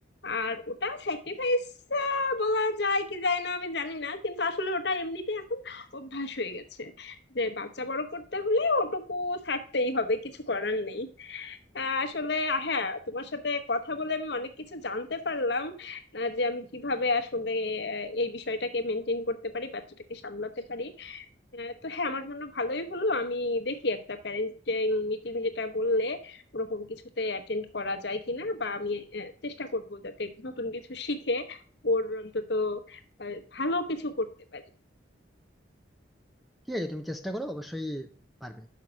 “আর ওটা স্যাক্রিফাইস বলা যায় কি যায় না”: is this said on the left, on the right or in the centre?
Left